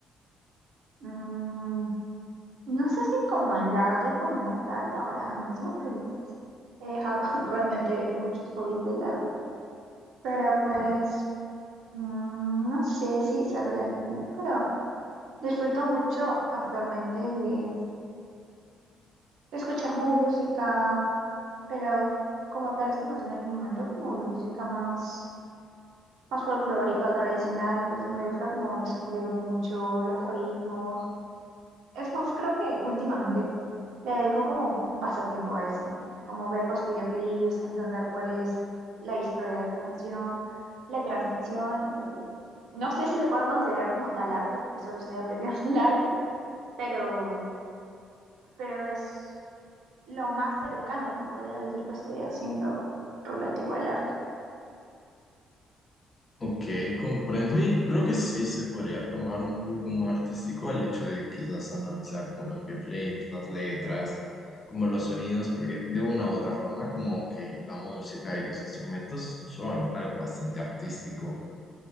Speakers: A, on the right; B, on the left.
A: mm, no sé si como el arte como tal ahora mismo, porque pues he dejado <laughs> realmente muchos hobbies de lado, pero pues mm, no sé si se relacione, pero disfruto mucho actualmente de escuchar música, pero como tal este emocioné en algún momento como de música más, más folclórica, tradicional, entonces me gusta como descubrir mucho los ritmos. Es más, creo que últimamente le dedico como un pasatiempo a eso, ¿no? como ver los videoclips, entender cuál es la historia de la canción, la transmisión, entonces no sé si se pueda considerar como tal arte, porque solo estoy apreciando <laughs> el arte, pero, pero es lo más cercano que podría decir que estoy haciendo relativo al arte.
B: Ok, comprendo y creo que sí se podría tomar un poco más artístico el hecho de quizás analizar como los videoclips, las letras, como los sonidos, porque de una u otra forma como que la música y los instrumentos son algo bastante artístico.